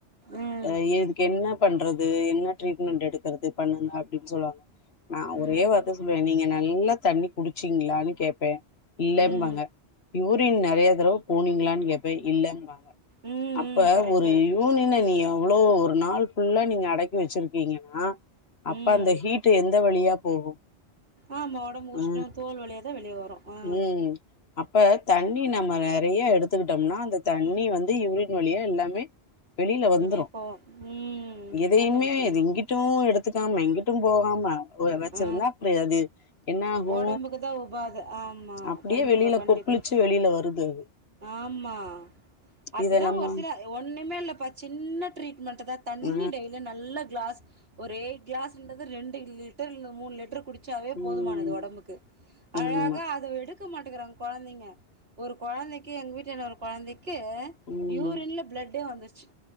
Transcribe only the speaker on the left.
அய்யே இதுக்கு என்ன பண்றது என்ன ட்ரீட்மெண்ட் எடுக் கற்து பண்ணுங்க அப்படின்னு சொல்லுவாங்க நான்
ஒரே வார்த்தை சொல்லுவேன் நீங்க நல்லா தண்ணி குடிச்சீங்களான்னு கேப்பே இல்லேம்பாங்க
யூரின் நறைய தடவ போனீங்களான்னு கேப்ப இல்லன்னுவாங்க
அப்ப
ஒரு னின நீ எவ்ளோ ஒரு நாள் ஃபுல்லா நீங்க அடக்கி வச்சிருக்கீங்கன்னா அப்ப
அந்த ஹீட் எந்த வழியா போகு
ஆ
ம் அப்ப தண்ணி நம்ம நெறையா எடுத்துக்கிட்டோம்னா அந்த தண்ணி வந்து யூரின் வளியா எல்லாமே வெளியில
வந்துரு
எதையுமே
அதுங்ட் டும் எடுத்துக்காம இங்கிட்டும் போகாம வச்சிருந்தா
அப்படி அது என்ன ஆகு
அப்டியே
வெளியில
கொப்புளிச்சு வெளியில வருது அது
இத நம்ம
ஆ
ம்
ஆமா
ம்